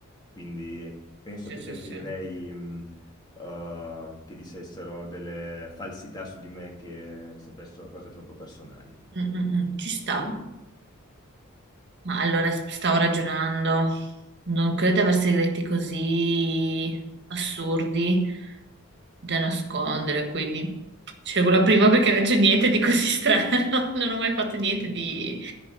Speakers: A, on the left; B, on the right.
A: quindi penso
B: Sì,
A: che
B: sì,
A: preferirei
B: sì. sì. Mm,
A: mh, eh, che dicessero delle falsità su di me che sapessero cose troppo personali.
B: mm, mm. Ci sta.
A: Tu?
B: Ma allora s- stavo ragionando. Non credo di aver segreti così assurdi da nascondere, quindi scelgo la prima perché non c'è niente di così strano. <laughs> Non ho mai fatto
A: <laughs>
B: niente di